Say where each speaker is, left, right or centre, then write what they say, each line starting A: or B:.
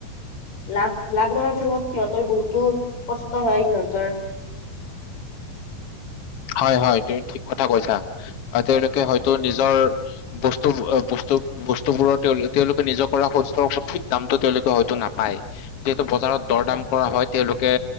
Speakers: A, on the left; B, on the left.
A: লাভ লাভ নোৱাৰ ফলত সিহঁতৰ বহুতো কষ্ট হয় সিহঁতৰ।
B: হয় হয় তুমি ঠিক কথা কৈছা তেওঁলোকে হয়তো নিজৰ বস্তু বস্তু বস্তু বোৰৰ তেওঁলোকে নিজৰ কৰা সুস্থ সঠিক দামটো তেওঁলোকে হয়তো নাপ পায় যিহেতু বজাৰত দৰ দাম কৰা হয় তেওঁলোকে